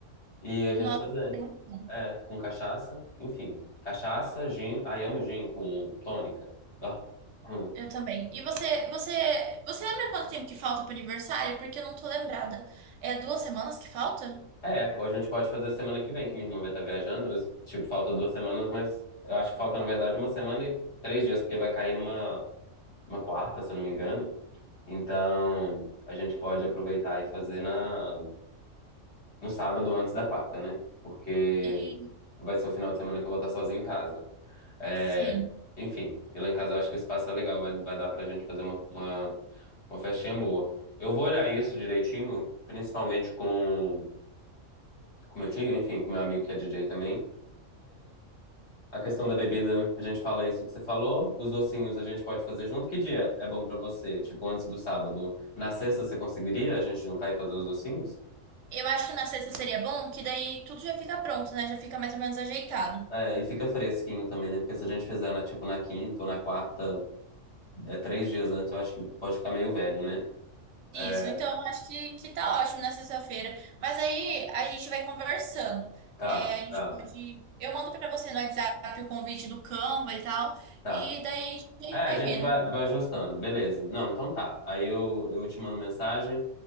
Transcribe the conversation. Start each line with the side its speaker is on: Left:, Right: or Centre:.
Left: e a gente
Right: Nossa,
Left: fazer.
Right: seria muito bom.
Left: É, com cachaça, enfim. Cachaça, gin, ai amo gin com tônica. Ah. hum.
Right: Eu também. E você, você, você lembra quanto tempo que falta pro aniversário? Porque eu não tô lembrada. É duas semanas que falta?
Left: É, ou a gente pode fazer semana que vem, que minha irmã vai estar viajando. Eu, tipo, falta duas semanas, mas eu acho que falta, na verdade, uma semana e três dias, porque vai cair numa uma quarta, se eu não me engano. Então, a gente pode aproveitar e fazer na, no sábado antes da quarta, né? Porque
Right: E
Left: vai ser o final de semana que eu vou estar sozinho em casa. É,
Right: sim.
Left: enfim, e lá em casa eu acho que o espaço é legal, vai, vai dar pra gente fazer uma, uma, uma festinha boa. Eu vou olhar isso direitinho, principalmente com com meu tio, enfim, com meu amigo que é DJ também. A questão da bebida, a gente fala isso que você falou. Os docinhos a gente pode fazer junto. Que dia é bom pra você? Tipo, antes do sábado. Na sexta você conseguiria a gente juntar e fazer os docinhos?
Right: Eu acho que na sexta seria bom, que daí tudo já fica pronto, né? Já fica mais ou menos ajeitado.
Left: É, e fica fresquinho também, né? Porque se a gente fizer na, tipo, na quinta ou na quarta, é, três dias antes, eu acho que pode ficar meio velho, né?
Right: Isso,
Left: É,
Right: então eu acho que, que tá ótimo na sexta-feira. Mas aí a gente vai conversando.
Left: Tá,
Right: É, a gente
Left: tá,
Right: pode. Eu mando pra você no WhatsApp o convite do Canva e tal.
Left: tá.
Right: E daí a gente
Left: É,
Right: vai
Left: a gente
Right: vendo.
Left: vai, vai ajustando, beleza. Não, então tá. Aí eu, eu te mando mensagem